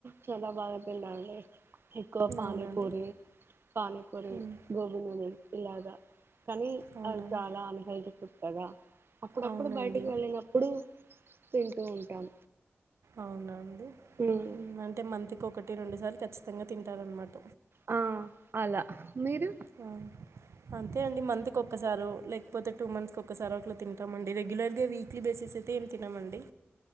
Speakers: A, on the right; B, on the right.
A: చాలా బాగా తిండా అండి ఎక్కువ పానీపూరి
B: అవునండి
A: పనీపూరి
B: ఉమ్,
A: గోబి న్యూడిల్స్ ఇలాగా కానీ
B: అవునండి
A: అ చాలా అన్ హెల్త్ ఫు కదా? అప్పుడప్పుడు
B: అవునండి
A: బయటికి వెళ్ళినప్పుడు తింటూ ఉంటాం
B: అవునవును
A: ఉమ్
B: అంటే మంత్ కి ఒకట్ ఒకటీ రెండుసార్లు ఖచ్చితంగా తింటారన్నమాట
A: ఆ అలా మీరు
B: ఆ, అంతే అండి మంత్ కి ఒక్కసారో లేకపోతే టూ మంత్స్ ఒక్కసారో అట్లా తింటామండి రెగ్యులర్గా వీక్లీ బేసిస్ అయితే ఏం తినమండి